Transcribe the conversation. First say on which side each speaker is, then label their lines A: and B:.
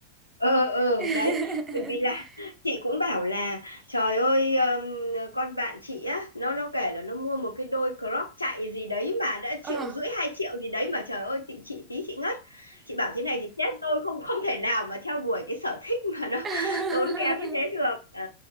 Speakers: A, on the left; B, on the right.
A: ờ ờ
B: <laughs>
A: đấy bởi vì là <laughs> chị cũng bảo là trời ơi ừm, con bạn chị á nó nó kể là nó mua một cái đôi crop chạy gì đấy mà đã
B: Ờ.
A: triệu rưỡi hai triệu gì đấy mà trời ơi chị chị tí chị ngất chị bảo thế này thì chết tôi không không thể nào mà theo đuổi cái sở thích mà nó <laughs>
B: <laughs>
A: tốn kém như thế được Ờ,